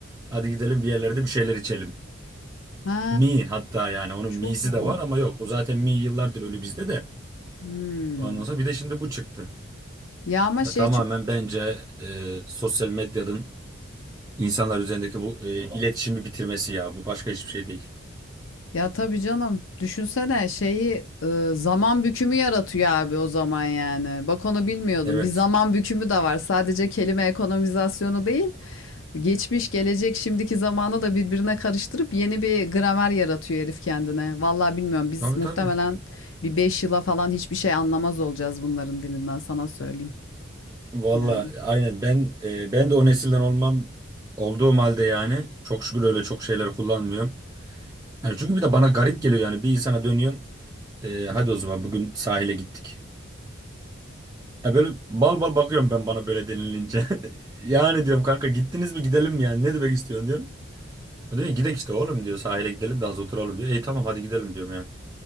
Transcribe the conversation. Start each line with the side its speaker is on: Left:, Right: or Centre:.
Right: hadi gidelim bir yerlerde bir şeyler içelim.
Left: Ha
Right: Mi hatta yani onun
Left: çok
Right: mi'si
Left: ilginç.
Right: de var ama yok. O zaten mi yıllardır ölü bizde de.
Left: Hmm.
Right: Ondan sonra bir de şimdi bu çıktı.
Left: Ya ama
Right: Ya
Left: şey
Right: tamamen
Left: çok,
Right: bence e, sosyal medyanın insanlar üzerindeki bu e, iletişimi bitirmesi ya. Bu başka hiçbir şey değil.
Left: Ya tabii canım. Düşünsene şeyi e, zaman bükümü yaratıyor abi o zaman yani. Bak onu bilmiyordum.
Right: Evet.
Left: Bir zaman bükümü de var. Sadece kelime ekonomizasyonu değil. Geçmiş, gelecek, şimdiki zamanı da birbirine karıştırıp yeni bir gramer yaratıyor herif kendine. Vallahi bilmiyorum. Biz
Right: Tabii
Left: muhtemelen
Right: tabii.
Left: bir 5 yıla falan hiçbir şey anlamaz olacağız bunların dilinden sana söyleyeyim
Right: Valla
Left: yani.
Right: aynen ben e, ben de o nesilden olmam olduğum halde yani çok şükür öyle çok şeyler kullanmıyorum. Yani çünkü bir de bana garip geliyor yani bir insana dönüyorsun e, hadi o zaman bugün sahile gittik. Ya böyle bal bal bakıyorum ben bana böyle denilince. <laughs> Yani diyorum kanka gittiniz mi gidelim mi yani ne demek istiyorsun diyorum. O diyor ki, gidek işte oğlum diyor sahile gidelim de az oturalım diyor. E tamam hadi gidelim diyorum yani.